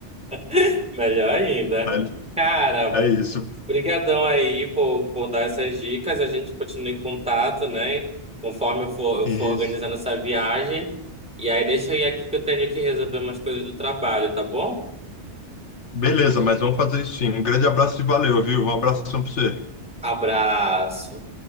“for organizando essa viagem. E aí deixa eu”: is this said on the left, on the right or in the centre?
Centre